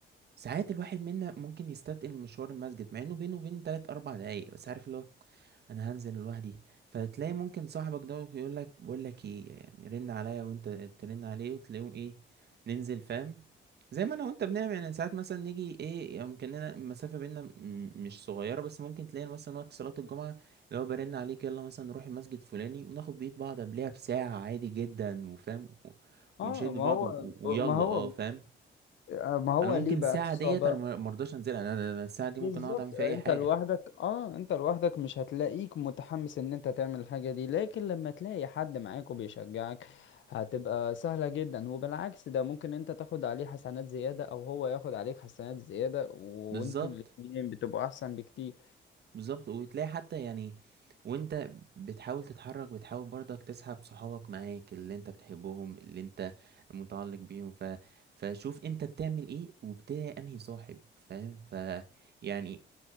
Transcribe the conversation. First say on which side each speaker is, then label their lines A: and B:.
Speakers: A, on the right; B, on the left.
A: ساعات الواحد منا ممكن يستثقل مشوار المسجد مع انه بينه وبينه تلات اربع دقايق بس عارف اللي هو انا هنزل لوحدي فتلاقي ممكن صاحبك ده يقول لك بقول لك ايه يعني رن عليا وانت ترن عليه وتلاقيهم ايه ننزل فاهم زي ما انا وانت بنعمل يعني ساعات مثلا نيجي ايه يعني يمكننا المسافه بينا م- مش صغيره بس ممكن تلاقي مثلا وقت صلاه الجمعه اللي هو برن عليك يلا مثلا نروح المسجد فلاني وناخد بيد بعض قبلها بساعه عادي جدا وفاهم و-
B: اه
A: ونشد
B: ما
A: بعض
B: هو
A: و- و- ويلا
B: ما هو
A: اه فاهم
B: آه، ما هو
A: انا ممكن
B: ليه بقى
A: الساعه
B: الصعوبة
A: ديت انا ما ما ارضاش انزلها انا أنا- أنا الساعه دي ممكن
B: بالظبط
A: اقعد اعمل فيها
B: انت
A: اي حاجه
B: لوحدك اه انت لوحدك مش هتلاقيك متحمس ان انت تعمل الحاجة دي لكن لما تلاقي حد معاك وبيشجعك هتبقى سهلة جدا وبالعكس ده ممكن انت تاخد عليه حسنات زيادة او هو ياخد عليك حسنات زيادة وانتوا
A: بالظبط
B: الاتنين بتبقوا احسن بكتير
A: بالظبط وتلاقي حتى يعني وانت بتحاول تتحرك بتحاول برضك تسحب صحابك معاك اللي انت بتحبهم اللي انت متعلق بيهم ف... فشوف انت بتعمل ايه وبتلاقي انهي صاحب فاهم ف يعني